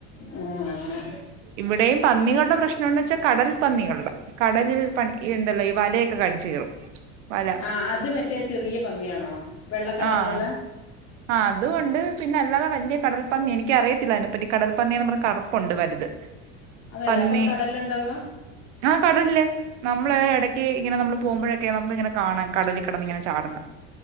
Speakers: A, on the left; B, on the right.
A: അ ആ അങ്ങനെ
B: ഇവിടെയും പന്നികളുടെ പ്രശ്ന പിനെന്താ വെച്ചാൽ കടൽ പന്നികളുടെ കടലിൽ പണി ഈ ഉണ്ടല്ലോ ഈ വലയൊക്കെ കടിച്ചു കീറും വല
A: ആ അത് മറ്റേ ചെറിയ പന്നിയാണോ വെള്ള കളറിലുള്ള
B: ആഹ ആ അതുംണ്ട് പിന്നെ അല്ലാതെ വലിയ കടൽ പന്നി എനിക്ക് അറിയത്തില്ല അതിനെപ്പറ്റി ഈ കടൽ പന്നിന്ന് പറഞ്ഞ് കറുപ്പുണ്ട് വലുത്
A: അതല്ലേ
B: പന്നി
A: അപ്പൊ കടലിലുണ്ടാവ
B: ആഹ് കടല്ലേ നമ്മള ഇടക്ക് ഇങ്ങനെ നമ്മള് പോകുമ്പോഴൊക്കെ നമുക്ക് ഇങ്ങനെ കാണാം കടലില് കടന്ന് ഇങ്ങനെ ചാട്ന്ന്